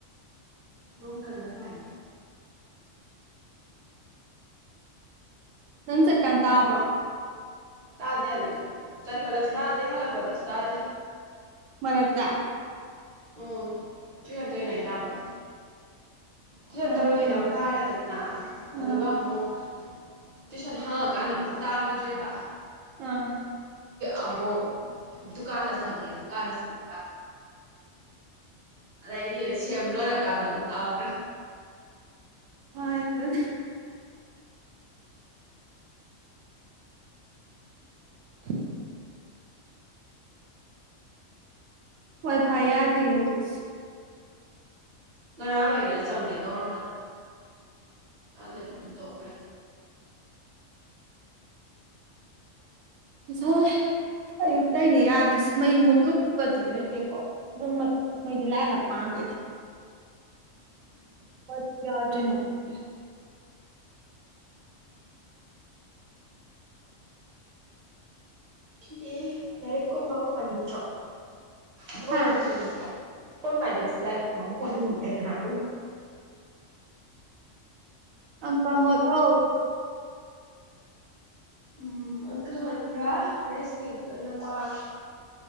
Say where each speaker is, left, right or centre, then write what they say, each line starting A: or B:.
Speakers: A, on the right; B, on the right.
A: ꯌ ꯀꯂꯔ ꯇꯥꯏ
B: ꯅꯪ ꯆꯠꯀꯥꯟ ꯇꯥꯕ꯭ꯔꯣ
A: ꯇꯥꯗꯦ ꯑꯗꯨꯗꯤ ꯆꯠꯄꯗꯁꯨ ꯇꯥꯗꯦ ꯍꯜꯂꯛꯄꯗꯁꯨ ꯇꯥꯗꯦ
B: ꯃꯔꯛꯇ
A: ꯎꯝ ꯇꯨꯏꯁꯟ ꯆꯠꯂꯤꯉꯩ ꯇꯥꯕ ꯇꯨꯏꯁꯟ
B: ꯌꯥꯝ
A: ꯇꯧꯔꯤꯉꯩꯗ
B: ꯐꯩ
A: ꯑꯃꯨꯛ ꯇꯥꯔꯦꯗꯅ ꯑꯗꯨꯒ
B: ꯑꯥ
A: ꯑꯃꯨꯛ ꯇꯨꯏꯁꯟ ꯍꯥꯡꯉꯀꯥꯟꯗ ꯑꯃꯨꯛ ꯇꯥꯒꯤꯗ꯭ꯔꯦꯕ
B: ꯑꯥ
A: ꯑꯃꯨꯛ ꯗꯨꯀꯥꯟꯗ ꯆꯪꯉꯦ ꯗꯨꯀꯥꯟꯗ ꯆꯪꯉꯀꯥꯟꯗ ꯑꯗꯩꯗꯤ ꯁꯦꯝ ꯂꯣꯏꯔꯀꯥꯟꯗ ꯑꯃꯨꯛ ꯍꯥꯡꯈ꯭ꯔꯦ
B: ꯍ ꯑꯗꯨ <inaudible> ꯋꯥꯏ ꯐꯥꯏ ꯌꯥ ꯍꯧꯖꯤꯛꯁ
A: ꯉꯔꯥꯡꯉꯩꯗ ꯆꯪꯒꯦ ꯇꯧꯔꯝꯃꯅꯤ ꯑꯥꯗꯕꯤ ꯑꯗꯨꯝ ꯇꯣꯛꯈ꯭ꯔꯦ
B: ꯉꯁꯥꯏ ꯑꯌꯨꯛꯇꯩꯅꯦ ꯌꯥꯗ꯭ꯔꯤꯁꯦ ꯃꯩ ꯃꯨꯠꯂꯨꯞꯕꯗꯤ ꯂꯩꯇꯦꯀꯣ ꯑꯗꯨꯝ ꯃꯩꯗꯤ ꯂꯥꯛꯑꯦ ꯍꯥꯏꯕ ꯉꯥꯡꯗꯩꯗꯤ ꯀꯔꯤꯒꯤ ꯌꯥꯗ꯭ꯔꯤꯅꯣ ꯈꯪꯗꯦ
A: ꯁꯤꯗꯤ ꯂꯥꯏꯔꯤꯛ ꯀꯨꯝꯕ ꯑꯃ ꯄꯥꯅꯤꯡꯉꯛꯇ꯭ꯔꯣ ꯊꯕꯛ
B: ꯍꯥ
A: ꯂꯩꯇ꯭ꯔꯕꯅꯤ ꯐꯣꯟ ꯄꯥꯏꯗꯕꯁꯦ ꯂꯥꯏꯔꯤꯛꯀꯨꯝꯕ ꯑꯃ ꯄꯥꯅꯤꯡꯉꯛ ꯍꯥꯏ
B: ꯑꯪꯀ ꯍꯣꯠꯂꯣ
A: ꯎꯝ ꯑꯪꯀ ꯍꯣꯠꯄ꯭ꯔꯥ ꯔꯤꯖꯅꯤꯡꯗꯣ ꯑꯣꯏꯅ ꯄꯥꯔꯣ